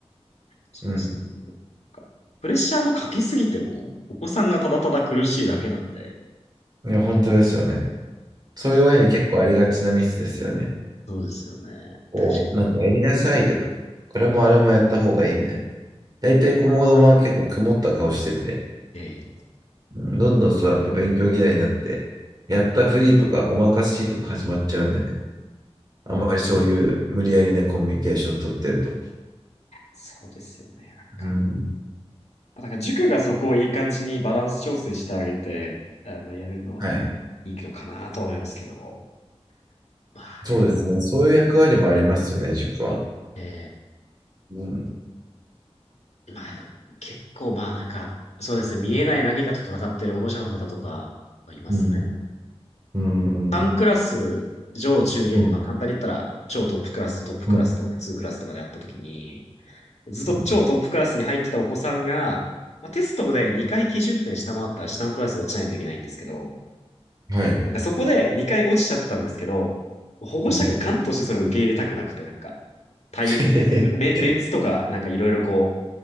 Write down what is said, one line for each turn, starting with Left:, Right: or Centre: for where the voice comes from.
Left: そうですよね。
Right: うん。
Left: なんかプレッシャーもかけすぎても、お子さんがただただ苦しいだけなんで、
Right: いや、本当ですよね。そういう親に結構ありがちなミスですよね。
Left: そうですよね。
Right: こう、
Left: 確かに。
Right: なんかやりなさいとか、これもあれもやった方がいいみたいな。大体、子供は結構曇った顔してて、
Left: ええ、
Right: うん、どんどんそうやっぱ勉強嫌いになって、やったふりとかごまかしとか始まっちゃうんだよね。あんまりそういう無理やりなコミュニケーション取ってると。
Left: そうですよね。なんか。
Right: うん。
Left: あだから塾がそこをいい感じにバランス調整してあげて、あの、やるのはいいのかなと思いますけど。
Right: はい。
Left: まあでも、
Right: そうですね。そういう役割もありますよね、塾は。
Left: え
Right: うん。
Left: えまあでも結構まあなんか、そうですね、見えない何かと戦ってる保護者の方とかいますね。
Right: うん。うん。
Left: 3クラス、上中下で、
Right: うん。
Left: まあ簡単に言ったら超トップクラスとトップクラスと普通クラスとかであったときに、
Right: うん。
Left: ずっと超トップクラスに入ってたお子さんが、
Right: うん
Left: まあ、テストで2回基準点下回ったら下のクラス落ちないといけないんですけど、
Right: はい。
Left: なんかそこで2回落ちちゃったんですけど、保護者がガンとしてそれを受け入れたくなくて、
Right: うん
Left: なんか、対、
Right: <laughs>
Left: なんかメ、メンツとか、なんかいろいろこう、